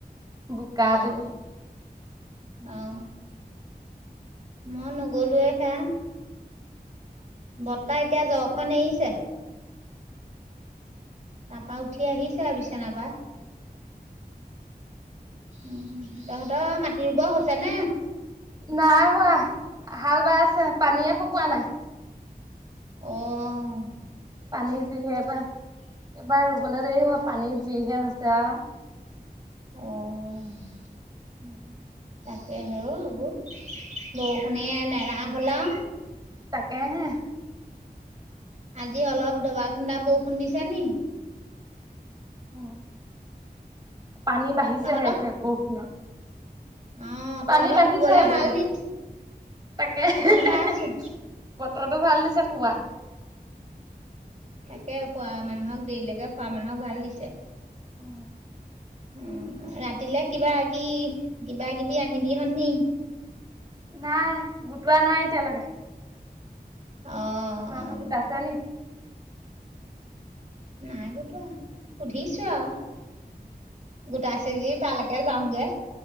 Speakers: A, on the right; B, on the right.
A: বোকা
B: অ
A: তেনে।
B: অ মই নগ'লোয়ে সেয়া। বৰ্তা এতিয়া য <unintelligible> এৰিছে। তাপা উঠি আহিছে, আৰু বিচনাৰ পা। উম। তহঁতৰ মাটি ৰুব হৈছ চেনে
A: নাই হোৱা, হাল বাই আছে, পানীয়ে শুকোৱা নাই।
B: অ'
A: পানী যিহে এইবাৰ, এইবাৰ ৰুবলে দেৰি হ'ব পানী যিহে হৈছে আউ।
B: অ'
A: উম।
B: তাকে হে এইবোৰ, বৰষুণে নেৰা হ'ল আও।
A: তাকে হে।
B: আজি অলপ দবা খুন্দা বৰষুণ দিছে নি?
A: উ। পানী বাঢ়িছেহে
B: তহঁতক
A: সে বৰষুণেত।
B: অঁ তহঁতক
A: পানী বাঢ়িছে
B: শুবলৈ
A: হে বৰষুণত
B: ভাল দিছে
A: তাকে
B: গম পাইছোঁ
A: বতৰটো ভাল দিছ শুৱা।
B: সে শুৱা মানুহক দেৰিলৈকে শুৱা মানুহক ভাল দিছে।
A: অ'।
B: উম, ৰাতিলে কিবা কি কিবা কিবি আনিবি হন নি?
A: নাই গোটোৱা নাই এতিয়ালৈকে।
B: অঁ
A: আপোনোকে
B: অঁ
A: গোটাইছে নি?
B: নাই গোটোৱা। সুধিছো আৰু, গোটাইছে যদি তালেকে যামগে।